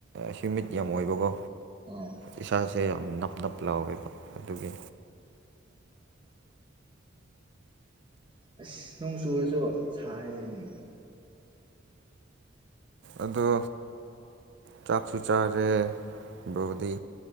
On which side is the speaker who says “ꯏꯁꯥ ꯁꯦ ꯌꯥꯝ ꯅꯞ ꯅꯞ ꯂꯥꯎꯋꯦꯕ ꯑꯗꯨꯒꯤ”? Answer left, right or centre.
Right